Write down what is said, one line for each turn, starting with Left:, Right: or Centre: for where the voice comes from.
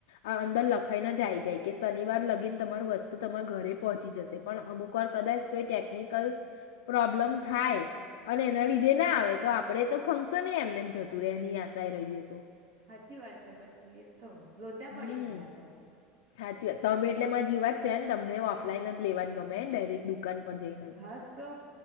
Left: આ અંદર લખાઈને જ આ આવી જાય કે શનિવાર લગીને તમાર વસ્તુ તમારા ઘરે પહોંચી જશે પણ અમુક વાર કદાચ કોઈ ટેકનિકલ પ્રોબ્લમ થાય અને એના લીધે ના આવે તો આપડ તો ફંક્શન એમ એમ જતું રહે નહી આશા રહીએ તો
Right: સાચી વાત છે પછી એ તો લોચા
Left: હમ
Right: પડી જાય આ તો
Left: સાચી વાત તમે એટલેમાં જે વાત છેને તમને ઓફલાઈન જ લેવાનું ગમે ડાયરેક દુકાન પર જઈને જ.
Right: હાસ તો